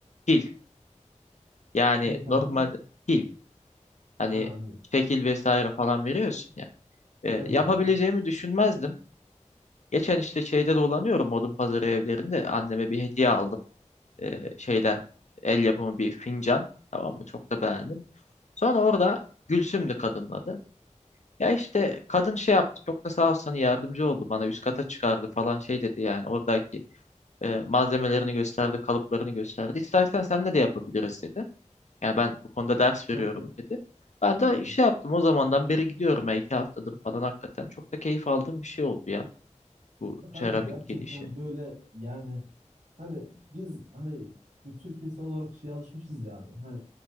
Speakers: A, on the left; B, on the right.
A: pil. Yani
B: Ne kanka?
A: normal pil. Hani
B: Ha anladım.
A: şekil vesaire falan veriyorsun ya. E,
B: Evet
A: yapabileceğimi
B: evet. evet.
A: düşünmezdim. Geçen işte şeyde dolanıyorum odun pazarı evlerinde. Anneme bir hediye aldım. E, şeyden el yapımı bir fincan. Tamam mı? Çok da beğendim. Sonra orada Gülsüm'dü kadının adı. Ya işte kadın şey yaptı. Çok da sağ olsun hani yardımcı oldu bana. Üst kata çıkardı falan şey dedi yani. Oradaki e, malzemelerini gösterdi, kalıplarını gösterdi. İstersen senle de yapabiliriz dedi. Yani ben bu konuda ders veriyorum
B: Çok iyi.
A: dedi. Ben de
B: Çok
A: şey
B: iyi.
A: yaptım o zamandan beri gidiyorum ya iki haftadır falan hakikaten. Çok da keyif aldığım bir şey oldu ya bu
B: Ya Kanka
A: seramik
B: gerçekten
A: gelişi.
B: böyle yani hani biz hani bir Türk insan olarak şeye alışmışız ya abi. Hani